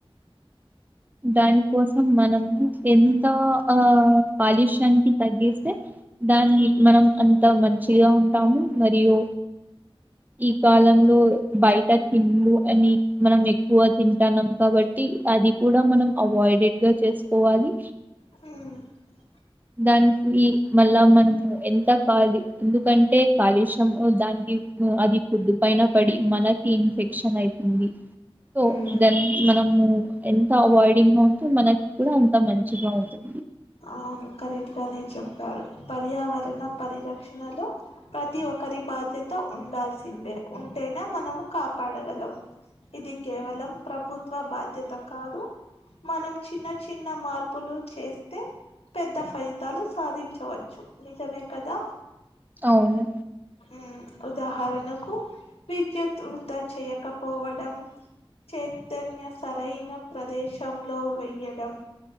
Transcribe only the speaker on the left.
అ
ఉమ్
అవును కరెక్ట్గానే చెప్పారు పర్యావరణ పరిరక్షణలో ప్రతి ఒక్కరి బాధ్య తో ఉండల్ సిందే పట్టేనా మనము కాపాడగలము ఇది కేవలం ప్రభుత్వ బాధ్యత కాదు మనం చిన్న చిన్న మార్పులు చేసే తే పెద్ద ఫలితాలు సాధించవచ్చు నిజమే కదా
హ్మ్ ఉదాహరణకు విద్యుత్ వృధ చేయకపోవడం చెత్తన్య సరైన ప్రదేశంలో వెయ్యడం